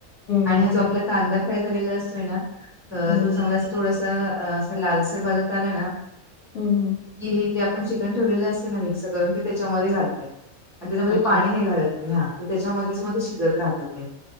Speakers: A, in the centre; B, on the left.
A: आणि
B: हं,
A: हा
B: हं,
A: जो आपला
B: हं.
A: कांदा फ्राय झालेला असतोय ना
B: हं,
A: तो चांगला
B: हं.
A: थोडस असं लालसर भाजत आला ना
B: हम हम
A: कि हे जे आपण चिकन ठेवलेलं असते ना मिक्स करून ते त्याच्यामध्ये घालते आणि त्याच्यामध्ये
B: अच्छा.
A: पाणी निघालत नाही हा ते त्याच्यामध्येच म ते शिजत राहत ते